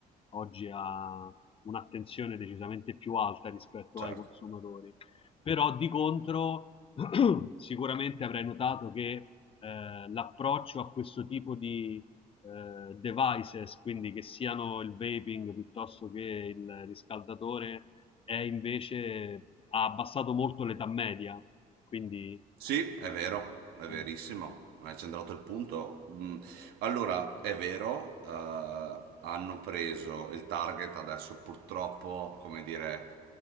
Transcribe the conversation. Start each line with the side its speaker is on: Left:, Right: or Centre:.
Left: oggi ha un'attenzione decisamente più alta rispetto
Right: Certo.
Left: ai consumatori però di contro <clears throat> <coughs> sicuramente avrai notato che eh, l'approccio a questo tipo di eh, devices, quindi che siano il vaping piuttosto che il riscaldatore, è invece ha abbassato molto l'età media. Quindi,
Right: Sì, è vero, è verissimo,
Left: eh,
Right: hai centrato il punto. Mm, Allora, è vero, eh, hanno preso il target adesso purtroppo, come dire,